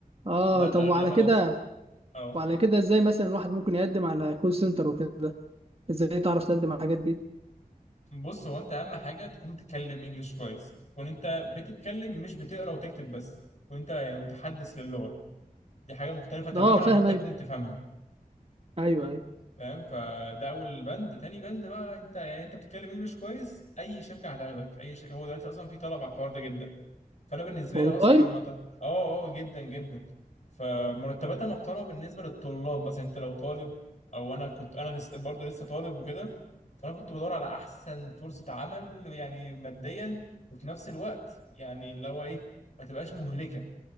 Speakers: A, on the right; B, on the left.
A: اه
B: لا
A: طب
B: لا
A: وعلى
B: اغلبيه
A: كده
B: العظمى اه
A: وعلى كده ازاي مثلا الواحد ممكن يقدم على كول سنتر وكده ازاي تعرف تقدم على الحاجات دي
B: بص هو انت اهم حاجه تكون بتتكلم انجليش كويس تكون انت بتتكلم مش بتقرا وتكتب بس تكون انت يعني متحدث للغه دي حاجة مختلفة تماما
A: اه فاهم
B: عن إن أنت
A: ايوه
B: تكون بتفهمها
A: ايوه ايوه
B: فاهم فده أول بند تاني بند بقى أنت يعني أنت بتتكلم إنجلش كويس أي شركة هتاخدك أي شركة هو دلوقتي أصلا في طلب على الحوار ده جدا فأنا بالنسبة
A: والله
B: لي أصلا لما طل... آه آه آه، جدا جدا فمرتباتها محترمة بالنسبة للطلاب مثلا أنت لو طالب أو أنا كنت أنا لسه برضه لسه طالب وكده فأنا كنت بدور على أحسن فرصة عمل يعني ماديا وفي نفس الوقت يعني اللي هو إيه ما تبقاش مهلكة